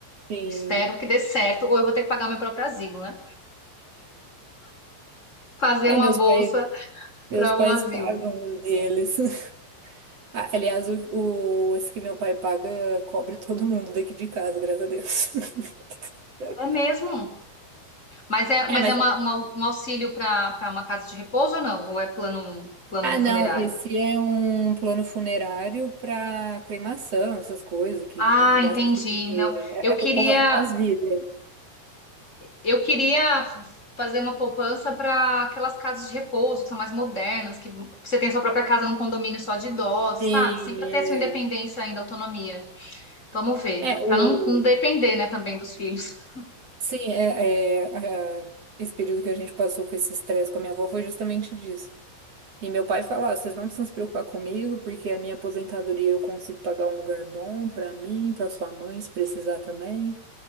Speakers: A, on the right; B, on the left.
A: sim.
B: espero que dê certo, ou eu vou ter que pagar meu próprio asilo, né? Fazer
A: É,
B: uma
A: meus
B: bolsa
A: pais, meus
B: para
A: pais
B: o asilo.
A: pagam os deles. <laughs> Ah, Aliás, o, o- esse que meu pai paga cobre todo mundo daqui de casa, graças a Deus. <laughs>
B: É mesmo? Mas é, mas
A: É, mas
B: é uma, uma- um auxílio para para uma casa de repouso ou não? Ou é plano, plano
A: ah,
B: funerário?
A: não, esse é um plano funerário para cremação, essas coisas que,
B: Ah,
A: né, gasta
B: entendi.
A: seu dinheiro,
B: Não,
A: né?
B: eu
A: É
B: queria
A: pro pó- pós-vida.
B: eu queria fazer uma poupança para aquelas casas de repouso que são mais modernas, que você tem sua própria casa num condomínio só de idosos,
A: Sim,
B: sabe? Sempre ter
A: é,
B: a sua independência ainda, autonomia. Vamos ver,
A: é o
B: para não, não depender, né, também dos filhos. <laughs>
A: Sim, é, é, a- esse período que a gente passou com esse estresse com a minha avó foi justamente disso. E meu pai falava, vocês não precisam se preocupar comigo, porque a minha aposentadoria eu consigo pagar um lugar bom pra mim, pra sua mãe, se precisar também.